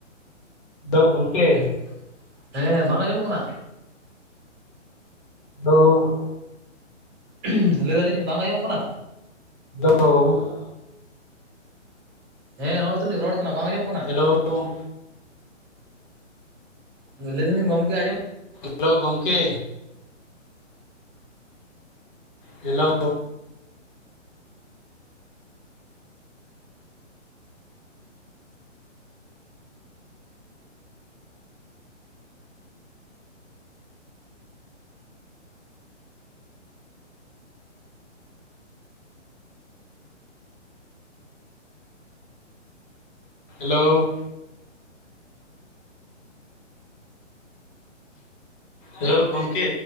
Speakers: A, on the left (about 40°); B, on the right (about 20°).
A: ᱦᱮᱞᱳ
B: <inaudible>
A: ᱜᱚᱢᱠᱮ
B: ᱦᱮᱸ ᱵᱟᱝ ᱟᱸᱡᱚᱢᱚᱜ ᱠᱟᱱᱟ
A: <unintelligible>
B: <unintelligible> ᱞᱟᱹᱫᱟᱞᱤᱧ ᱵᱟᱝ ᱟᱸᱡᱚᱢᱚᱜ ᱠᱟᱱᱟ
A: <unintelligible>
B: ᱦᱮᱸ ᱦᱚᱸᱜᱼᱚᱭ ᱛᱚᱞᱤᱧ ᱨᱚᱲ ᱠᱟᱱᱟ ᱵᱟᱝ ᱟᱡᱚᱢᱚᱜ
A: ᱦᱮᱞᱳ ᱣ
B: ᱞᱟᱹᱭ ᱫᱟᱞᱤᱧ ᱜᱚᱢᱠᱮ ᱟᱸᱡᱚᱢ
A: ᱦᱮᱞᱳ ᱜᱚᱢᱠᱮ ᱦᱮᱞᱚ ᱦᱮᱞᱳ ᱦᱮᱞᱳ ᱜᱚᱝᱠᱮ